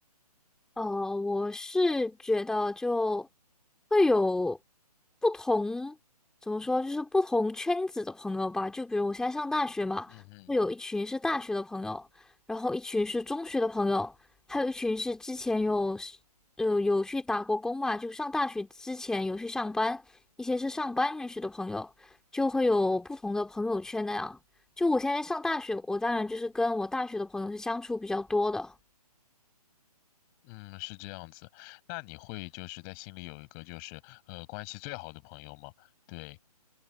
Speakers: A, in the centre; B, on the left.
A: 呃，我是觉得就会有不同，怎么说，就是不同圈子的朋友吧。就比如我现在上大学嘛，
B: 嗯哼。
A: 会有一群是大学的朋友，然后一群是中学的朋友，还有一群是之前有是呃有去打过工嘛，就上大学之前有去上班，一些是上班认识的朋友，就会有不同的朋友圈那样。就我现在上大学，我当然就是跟我大学的朋友是相处比较多的。
B: 嗯，是这样子。那你会就是在心里有一个就是呃关系最好的朋友吗？对，